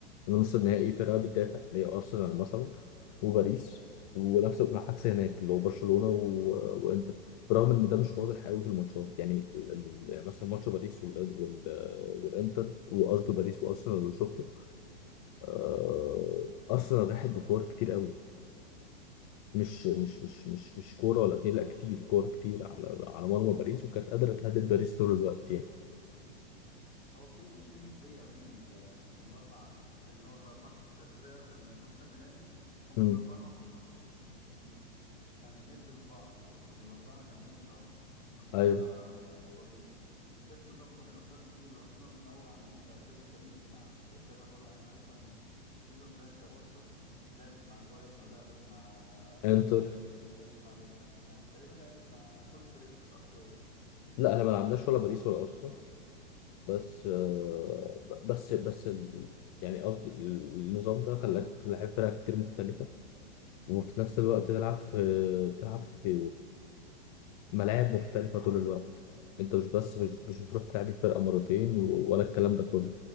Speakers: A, on the left; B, on the left.
A: نص النهائي فرقة بتدافع اللي هي أرسنال مثلا وباريس ونفس العكس هناك اللي هو برشلونة و... وإنتر برغم إن ده مش واضح قوي في الماتشات يعني ال... ال- يعني مثلا ماتش باريس وال... وال... والإنتر وقصده باريس وأرسنال اللي شفته آه، أرسنال راحت بكور كتير قوي مش مش مش مش مش كوره ولا اتنين لا كتير كوره كتير على على مرمى باريس وكانت قادره تهدد باريس طول الوقت يعني
B: هو في في ندية بين ال- الأربع اللي هو الأربع فرقة في النص النهائي هما
A: امم
B: الأربعة يعني ند يعني ند لبعض والأربعة جامدين صراحة نتفرج
A: ايوه
B: على ماتشات كويسة أنا شايف نظام دوري الأبطال الجديد أصلا نوع إن أنت كذا فريق يلعب كذا مرة إحنا مثلا السيزون ده كبارسا لعبت مع البايرن ولعبت مع أرسنال
A: انتر
B: تقريبا لعبت مع باريس يعني تقريبا لعبت مع مع كل فريق الأقوياء
A: لا احنا ما لعبناش ولا باريس ولا ارسنال بس آه، ب- بس بس ال- يعني قصدي النظام ده خلاك تلعب فرق كتير مختلفه وفي نفس الوقت
B: So
A: تلعب في تلعب في ملاعب مختلفة طول الوقت انت مش بس مش, مش بتروح تلعب الفرقة مرتين و- ولا الكلام ده كله